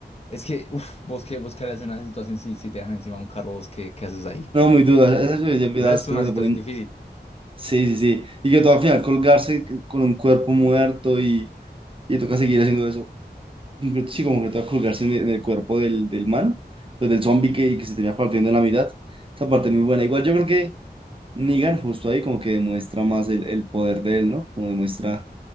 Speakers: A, on the left; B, on the right.
A: Es que, uff, vos qué, vos qué harías en una situación si, si te dejan encima de un carro, vos qué, qué haces ahí.
B: No, muy duda, esa yo yo vi
A: Esa
B: las
A: es
B: peores
A: una situación
B: de Poniente.
A: difícil.
B: Sí, sí, sí. Y que todo al final colgarse con un cuerpo muerto y, y toca seguir haciendo eso. Como que- Sí, como que toca colgarse en el, en el cuerpo del, del man, pues del zombie que, que se tenía partiendo en la mitad. Esa parte muy buena. Igual yo creo Negan justo ahí como que demuestra más el, el poder de él, ¿no? Como demuestra,